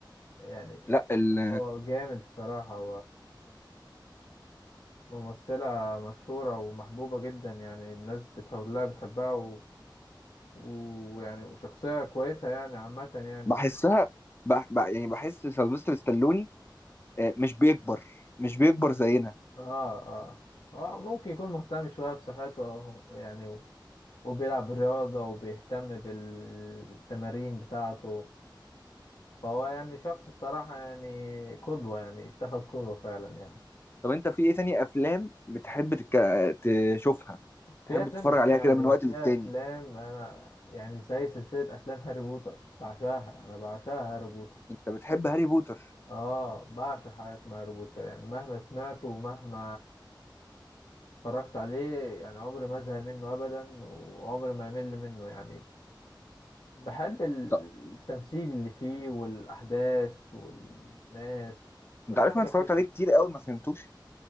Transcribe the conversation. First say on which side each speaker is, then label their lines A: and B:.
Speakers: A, on the left; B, on the left.
A: يعني
B: لا ال...
A: هو جامد الصراحة وممثلة مشهورة ومحبوبة جدا يعني الناس بتحولها بتحبها و... ويعني وشخصية كويسة يعني عامة يعني
B: بحسها بح... بح... يعني بحس سيلفستر ستالوني آه، مش بيكبر مش بيكبر زينا
A: اه اه اه ممكن يكون مهتم شوية بصحته آه، يعني و- وبيلعب رياضة وبيهتم بالتمارين بتاعته فهو يعني شخص الصراحة يعني قدوة يعني اتخذ قدوة فعلا يعني
B: طب انت في ايه تاني افلام بتحب تك... تشوفها تحب
A: في أفلام
B: تتفرج عليها
A: يعني
B: كده من وقت
A: في
B: للتاني
A: أفلام أنا يعني زي سلسلة أفلام هاري بوتر بعشاها أنا بعشاها هاري بوتر
B: انت بتحب هاري بوتر
A: اه بعشق حاجة اسمها هاري بوتر يعني مهما سمعته ومهما اتفرجت عليه يعني عمري ما ازهق منه أبدا وعمري ما أمل منه يعني بحب ال-
B: طب
A: التمثيل اللي فيه والأحداث والناس كل
B: انت عارف
A: حاجة
B: انا اتفرجت
A: فيه بتبقى
B: عليه كتير قوي ما فهمتوش